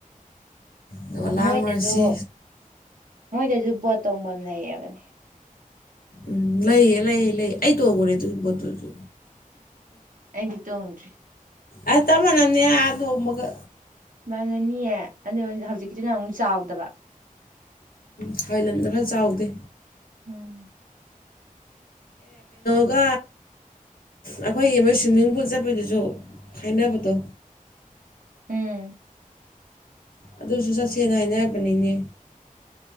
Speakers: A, on the left; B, on the right.
A: ꯑꯗꯨꯒ ꯂꯥꯡꯉꯨꯔꯁꯤ
B: ꯃꯣꯏꯗꯁꯨ ꯃꯣꯏꯗꯁꯨ ꯕꯣꯠ ꯇꯣꯡꯐꯝ ꯂꯩꯔꯕꯅꯦ
A: ꯎꯝ ꯂꯩꯌꯦ ꯂꯩꯌꯦ ꯂꯩ ꯑꯩ ꯇꯣꯛꯈꯣꯔꯦ ꯑꯗꯨꯒꯤ ꯄꯣꯠꯇꯨꯁꯨ
B: ꯑꯦꯗꯤ ꯇꯣꯡꯔꯤ
A: ꯑ ꯇꯃ ꯅꯅꯦꯦ ꯑ ꯑꯗꯨꯃꯒ
B: ꯃꯥꯥꯟꯅꯅꯤꯑ ꯑꯗꯨ ꯍꯧꯖꯤꯛꯀꯤꯗꯨ ꯑꯣꯏꯅ ꯑꯃꯨꯛ ꯆꯥꯎꯗꯕ
A: ꯊꯥꯏꯂꯦꯟꯗ ꯈꯔ ꯆꯥꯎꯗꯦ
B: ꯎꯝ
A: ꯑꯗꯨꯒ ꯑꯩꯈꯣꯏ ꯃꯣꯏ ꯁ꯭ꯋꯤꯝꯃꯤꯡ ꯄꯨꯜ ꯆꯠꯄꯗꯨꯁꯨ ꯈꯥꯏꯅꯕꯗꯣ
B: ꯎꯝ
A: ꯑꯗꯨꯁꯨ ꯆꯠꯁꯦꯡꯅ ꯍꯥꯏꯅꯔꯕꯅꯤꯅꯦ